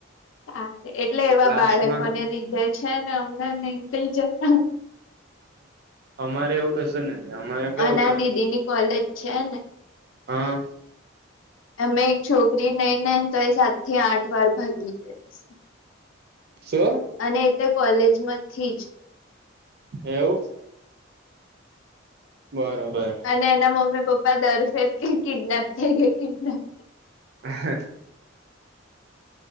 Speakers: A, on the left; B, on the right.
A: હા. એટલે એવા
B: ક્લાસમાં
A: બાળકોને લીધે છે ને અમને નહી થઈ જતા.
B: અમારે એવું કસું નથી. અમારે કેવું
A: અના
B: કે,
A: દીદીની કોલેજ છે ને
B: હા.
A: અમે એક છોકરી નઈ નઈ તો એ સાતથી આઠ વાર ભાગી ગઈ હશે.
B: શું?
A: અને એ તે કોલેજમાંથી જ.
B: એવું? બરોબર.
A: અને એના મમ્મી પપ્પા દર ફેર કે, કિડનેપ થઈ ગઇ. કિડનેપ
B: અ.. હ...